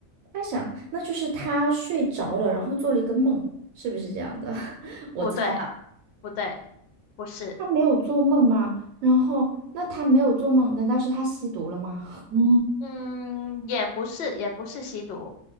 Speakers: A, on the right (about 80°); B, on the left (about 65°).
A: 他想，那就是他睡着了，然后做了一个梦，是不是这样的？<laughs> 我猜啊，
B: 不对，不对，不是，
A: 他没有做梦吗？然后，那他没有做梦，难道是他吸毒了吗？<laughs> 嗯
B: 嗯，也不是，也不是吸毒，